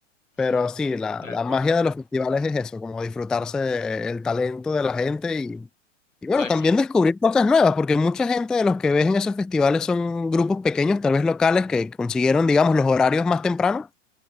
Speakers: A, in the centre; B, on the left.
A: Pero
B: Hmm,
A: sí, la,
B: Tal
A: la
B: cual.
A: magia de los festivales es eso, como disfrutarse el talento de la gente y, Y bueno,
B: Pues
A: también
B: sí,
A: descubrir cosas nuevas, porque mucha gente de los que ves en esos festivales son grupos pequeños, tal vez locales, que consiguieron, digamos, los horarios más temprano.